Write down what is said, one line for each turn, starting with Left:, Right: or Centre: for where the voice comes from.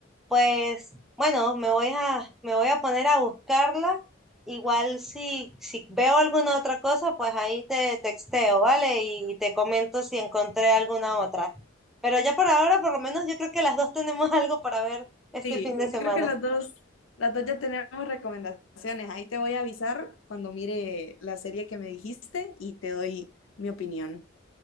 Centre: Pues bueno, me voy a, me voy a poner a buscarla. Igual si, si veo alguna otra cosa, pues ahí te texteo, ¿vale? Y, te comento si encontré alguna otra. Pero ya por ahora, por lo menos yo creo que las dos tenemos <laughs> algo para ver este
Left: Sí,
Centre: fin de
Left: yo
Centre: semana.
Left: creo que las dos, las dos ya tenemos recomendaciones. Ahí te voy a avisar cuando mire la serie que me dijiste y te doy mi opinión.